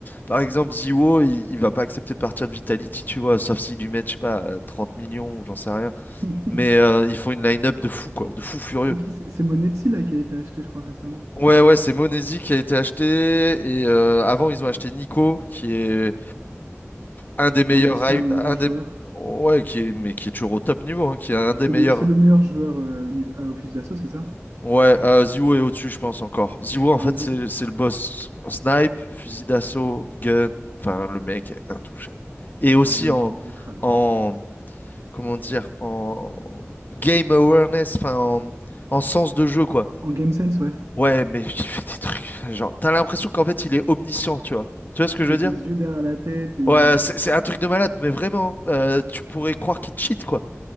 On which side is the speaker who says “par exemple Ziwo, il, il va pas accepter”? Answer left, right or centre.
Left